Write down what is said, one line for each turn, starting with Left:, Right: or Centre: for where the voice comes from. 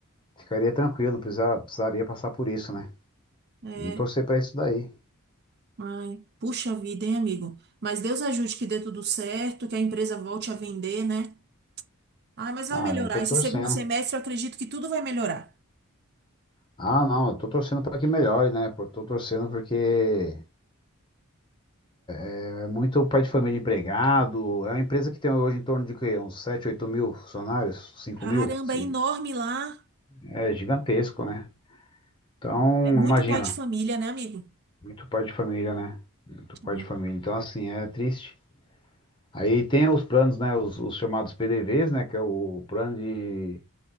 Left: ficaria tranquilo, não precisar- precisaria passar por isso, né?
Right: É.
Left: Vamos torcer pra isso daí.
Right: Ai, puxa vida, hein, amigo? Mas Deus ajude que dê tudo certo, que a empresa volte a vender, né? Ai, mas vai
Left: Ah,
Right: melhorar.
Left: eu tô
Right: Esse
Left: torcendo.
Right: segundo semestre eu acredito que tudo vai melhorar.
Left: Ah, não, eu tô torcendo pra que melhore, né? Pô, Tô torcendo porque é muito pai de família empregado. É uma empresa que tem hoje em torno de quê? uns 7, 8 mil funcionários, 5
Right: Caramba,
Left: mil? Se-
Right: é enorme lá.
Left: É gigantesco, né? Então,
Right: É muito
Left: imagina,
Right: pai de família, né, amigo?
Left: muito pai de família, né? Muito pai
Right: É.
Left: de família. Então, assim, é triste. Aí tem os planos, né? Os, os chamados PDVs, né? Que é o plano de